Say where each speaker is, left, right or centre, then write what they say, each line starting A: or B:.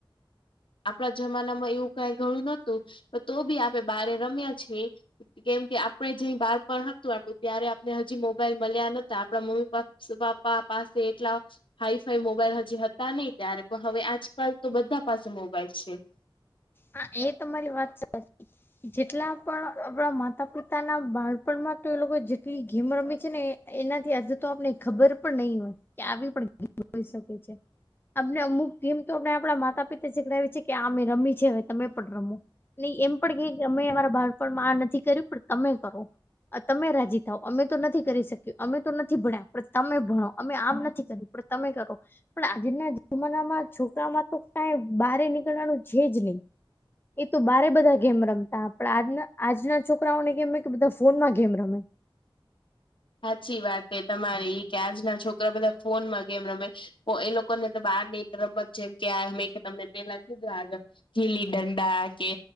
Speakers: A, on the left; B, on the left.
A: આપણા જમાનામાં એવું કઈ ઘણું નતું પણ તો બી આપણે બારે રમ્યા છે. કેમ કે આપડે જે બાળપણ હતું આપડું ત્યારે આપને હજી મોબાઈલ મળ્યા નહોતા આપણા મમ્મી પપા પપ્પા પાસે એટલા હાઈફાઈ મોબાઈલ હજી હતા નહી ત્યારે પણ હવે આજકાલ તો બધા પાસે મોબાઈલ છે.
B: હા એ તો તમારી વાત સાચી. જેટલા પણ આપણા માતા પિતાના બાળપણમાં તો એ લોકો જેટલી ગેમ રમી છે ને એ એનાથી આજ તો આપને ખબર પણ નહી હોય કે આવી પણ ગેમ હોય શકે છે. અમને અમુક થીમ તો અને આપણા માતા પિતા જખણાવી છે કે આ મેમે રમી છે. તમે પણ રમો અને એમ પણ કે કે અમે અમારા બાળપણમાં આ નથી કર્યું પણ તમે કરો. તમે રાજી થાવ અમે તો નથી કરી શક્યું અમે તો નથી ભણ્યા પણ તમે ભણો અમે આમ નથી કરી તમે કરો. પણ આજના જમાનામાં છોકરામાં તો કઈ બહાર નીકળવાનું છે જ નહીં. એ તો બારે બધા ગેમ રમતા પણ આજના છોકરાઓને કેમ કે બધા ફોનમાં ગેમ રમે.
A: સાચી વાત છે તમારી કે આજના છોકરા બધા ફોનમાં ગેમ રમે તો એ લોકો ને તો બહાર ની રમત છેમ કે આ મેં કે તમને પેલા કીધા આગ ગીલી દંડા કે